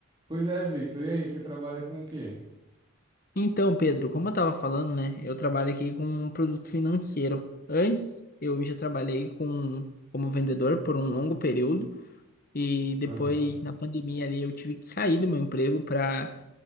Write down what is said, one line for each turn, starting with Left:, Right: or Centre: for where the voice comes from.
Right: Pois é, Victor. E aí, você trabalha com o quê?
Left: Então, Pedro, como eu estava falando, né? Eu trabalho aqui com um produto financeiro. Antes, eu já trabalhei com, como vendedor por um longo período e depois,
Right: Aham.
Left: na pandemia ali, eu tive que sair do meu emprego para